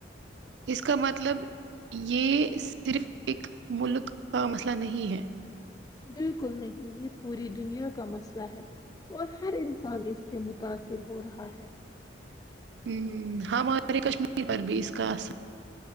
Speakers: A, on the right (about 65°); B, on the left (about 20°).
A: اس کا مطلب یہ صرف ایک ملک کا مسئلہ نہیں ہے
B: بالکل نہیں یہ پوری دنیا کا مسئلہ ہے اور ہر انسان اس سے متاثر ہو رہا ہے
A: ہوں ہمارے کشمیر پر بھی اس کار